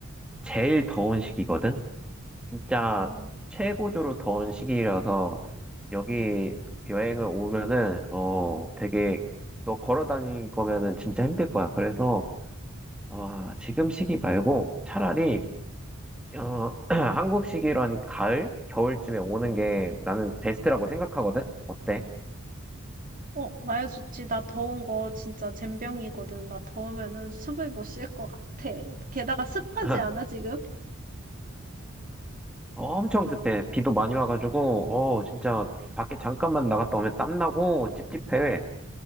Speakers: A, in the centre; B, on the right.
A: 제일 더운 시기거든? 진짜
B: 음.
A: 최고조로 더운 시기라서 여기 여행을 오면은, 어, 되게 너 걸어 다닐 거면은 진짜 힘들 거야. 그래서, 아, 지금 시기 말고 차라리, 어, <clears throat> 한국 시기로 한 가을? 겨울쯤에 오는 게 나는 베스트라고 생각하거든? 어때?
B: 어, 나야 좋지. 나 더운 거 진짜 젬병이거든. 나 더우면은 숨을 못 쉴 것 같아. 게다가 습하지
A: <laughs>
B: 않아, 지금?
A: 어, 엄청 습해. 비도 많이 와가지고, 어, 진짜 밖에 잠깐만 나갔다 오면 땀나고 찝찝해.